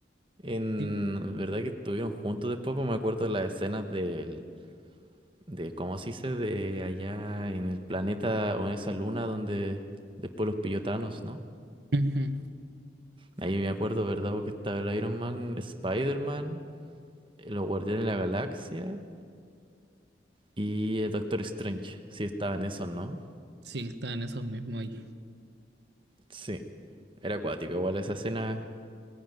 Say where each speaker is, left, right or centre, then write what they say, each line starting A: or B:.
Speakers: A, on the right; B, on the right.
A: En
B: Sí,
A: verdad que estuvieron juntos después, pues me acuerdo de las escenas del de cómo se dice de allá en el planeta o en esa luna donde después los pillotanos, ¿no?
B: Ujú.
A: Ahí me acuerdo, ¿verdad? Porque estaba el Iron Man, Spider-Man, eh, los Guardianes de la Galaxia y el Doctor Strange. Sí, estaban esos, ¿no?
B: Sí, está en esos mismos ahí.
A: Sí, era acuático, igual esa escena.